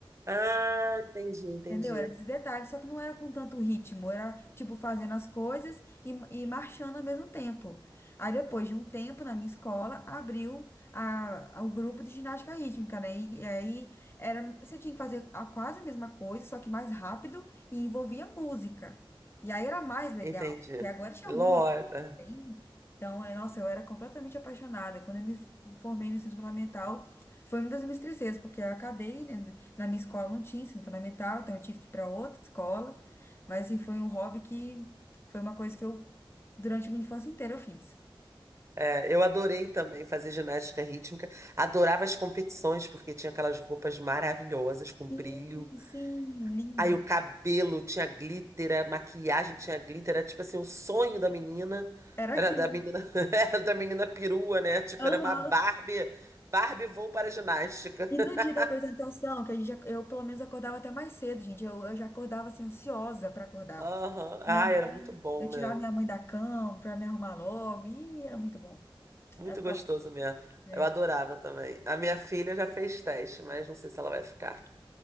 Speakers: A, on the right; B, on the left.
A: Ah, entendi, entendi.
B: Entendeu? Era esses detalhes, só que não era com tanto ritmo, era tipo fazendo as coisas e, e marchando ao mesmo tempo. Aí depois de um tempo na minha escola, abriu a, a- o grupo de ginástica rítmica, né? E, e aí era, você tinha que fazer a, quase a mesma coisa, só que mais rápido e envolvia música. E aí era mais legal,
A: Entendi.
B: porque agora tinha
A: Lora.
B: música. Entende? Então, é, nossa, eu era completamente apaixonada. Quando eu me formei no ensino fundamental, foi uma das minhas tristezas, porque eu acabei, né, na minha escola não tinha ensino fundamental, então eu tive que ir para outra escola. Mas, assim, foi um hobby que foi uma coisa que eu, durante a minha infância inteira, eu fiz.
A: É, eu adorei também fazer ginástica rítmica. Adorava as competições, porque tinha aquelas roupas maravilhosas, com
B: Sim,
A: brilho.
B: sim, lindo.
A: Aí o cabelo tinha glitter, a maquiagem tinha glitter. Era tipo assim, o sonho da menina.
B: Era
A: Era
B: aquilo.
A: da menina, <laughs> era da menina perua, né? Tipo,
B: Aham.
A: era uma Barbie. Barbie vou para a ginástica.
B: E
A: <laughs>
B: no dia da apresentação, que a gente, ac- eu pelo menos acordava até mais cedo, gente. Eu, eu já acordava assim, ansiosa para acordar.
A: Aham.
B: Minha
A: Ah,
B: mãe,
A: era muito bom,
B: eu tirava
A: né?
B: minha mãe da cama para me arrumar logo. e era muito bom.
A: Muito
B: Ela ficava.
A: gostoso mesmo.
B: é,
A: Eu adorava também. A minha filha já fez teste, mas não sei se ela vai ficar.